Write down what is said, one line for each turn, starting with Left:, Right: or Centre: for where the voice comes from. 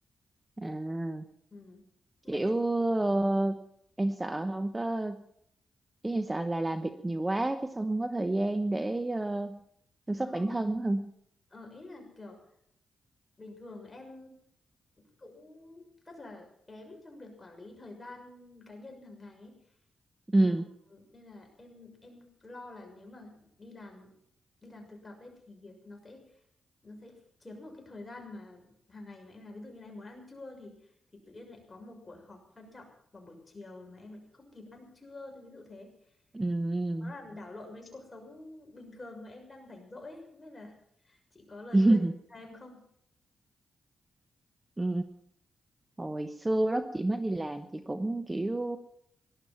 Right: à,
Left: Ừ. Không
Right: kiểu
Left: Biết
Right: ờ, em sợ không có, ý em sợ là làm việc nhiều quá cái xong không có thời gian để ờ, chăm sóc
Left: ừ,
Right: bản thân á không?
Left: ờ, ý là kiểu bình thường em cũng rất là kém trong việc quản lý thời gian cá nhân hàng ngày ấy. Ờ,
Right: Ừ,
Left: nên là em em lo là nếu mà đi làm đi làm thực tập ấy thì nó sẽ nó sẽ chiếm một cái thời gian mà hàng ngày mà em làm ví dụ như là em muốn ăn trưa thì thì tự nhiên lại có một cuộc họp quan trọng vào buổi chiều mà em lại không kịp ăn trưa thì ví dụ thế
Right: ừ,
Left: nó làm đảo lộn với cuộc sống bình thường mà em đang rảnh rỗi ấy. không biết là chị có lời
Right: ừ, <laughs>
Left: khuyên cho em không
Right: ừ. Hồi xưa lúc chị mới đi làm chị cũng kiểu,